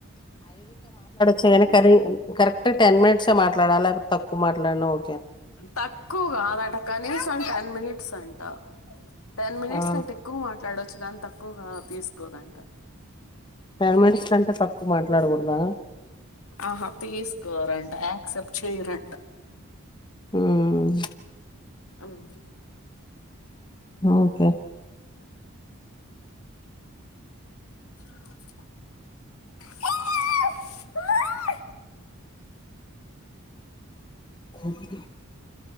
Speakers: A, on the left; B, on the left.
A: సరెగని కరి కరెక్ట్గా టెన్ మినిట్సే మాట్లాడాల లేక్ తక్కువ మాట్లాడిన ఓ
B: తక్కుగాదట కనీసం టెన్ మినిట్ సంట టెన్ మినిట్స్
A: ఆ
B: కంటెక్కువ మాట్లాడొచ్చు కాం తక్కువ్గా తీస్కోదంట
A: టెన్ మినిట్స్ కంటే తక్కువ మాట్లాడకూడదా
B: అహ తీస్కోరంట యాక్సెప్ట్ చెయ్రంట
A: మ్మ్
B: ఆమ్
A: ఓకే
B: <inaudible>
A: ఉమ్